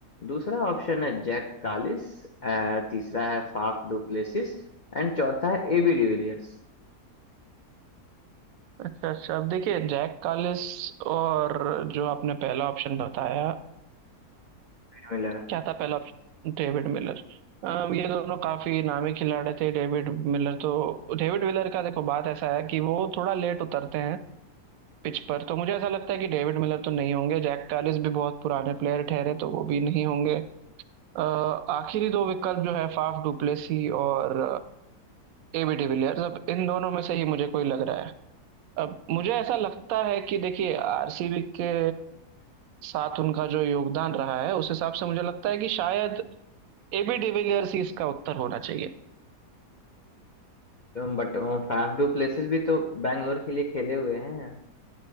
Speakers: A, on the left; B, on the right.
A: दूसरा ऑप्शन है जैक कालिस अ, तीसरा है फाफ डुप्लेसिस एंड चौथा है AB de Villiers
B: अच्छा अच्छा अब देखिए जैक कालिस और जो आपने पहला ऑप्शन बताया
A: Miller
B: क्या था पहला ऑप्शन David Miller अम, ये दोनों काफी नामी खिलाड़ी थे डेविड मिलर तो डेविड मिलर का देखो बात ऐसा है कि वो थोड़ा लेट उतरते हैं पिच पर तो मुझे ऐसा लगता है कि डेविड मिलर तो नहीं होंगे जैक कालिस भी बहुत पुराने प्लेयर ठहरे तो वो भी नहीं होंगे अ, आखिरी दो विकल्प जो है फाफ डुप्लेसी और एबी डिविलियर्स अब इन दोनों में से ही मुझे कोई लग रहा है अब मुझे ऐसा लगता है कि देखिए आरसीबी के साथ उनका जो योगदान रहा है उस हिसाब से मुझे लगता है कि शायद एबी डिविलियर्स ही इसका उत्तर होना चाहिए
A: But Faf du Plessis भी तो बैंगलोर के लिए खेले हुए हैं